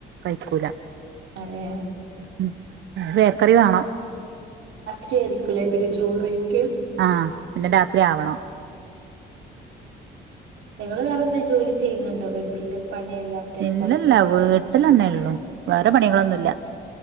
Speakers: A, on the right (about 65°); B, on the right (about 80°).
A: കഴിക്കൂല
B: അതെയാ
A: ഉം ബേക്കറി വേണം.
B: ഇറ്റ ആയിരിക്കില്ലേ പിന്നെ ചോറ്.
A: ആഹ് പിന്നെ രാത്രി ആവണോ.
B: നിങ്ങള് വേറെയെന്തു ജോലി ചെയ്യുന്നുണ്ടോ വീട്ടില്? പണിയല്ലാത്തെ
A: ഇല്ല
B: പുറത്ത്
A: ഇല്ല
B: പോയിട്ട്?
A: വീട്ടിലെന്നെയെള്ളു വേറെ പണികളൊന്നു ഇല്ല